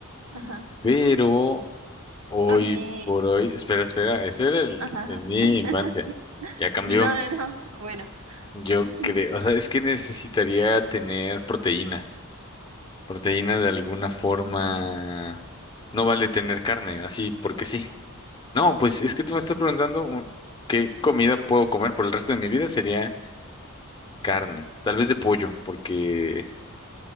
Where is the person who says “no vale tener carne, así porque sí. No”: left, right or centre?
Left